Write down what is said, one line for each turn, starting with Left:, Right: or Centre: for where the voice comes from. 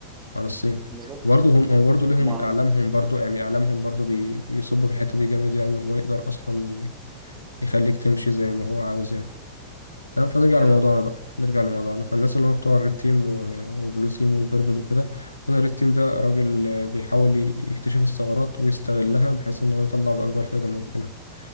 Left: عن الصين
Right: بالظبط
Left: برضه هم هو برضه ليهم
Right: ومع
Left: إعلامهم برضه يعني إعلامهم برضه بي- بيصب في الحتة دي جامد يعني إن هو يقدر أصلا ي- يخليك تمشي زي ما هو عاوز يعني تمام فنرجع
Right: آه.
Left: لموضوعنا بقى نرجع لموضوعنا فالناس اللي هو بتوع الريد تيم و- والبلو تيم والبيربل وكده أنا الريد تيم ده راجل آه، بيحاول ي- يكتشف الثغرات ويستغلها بحيث إن هو يطلع بأكبر فايدة ممكنة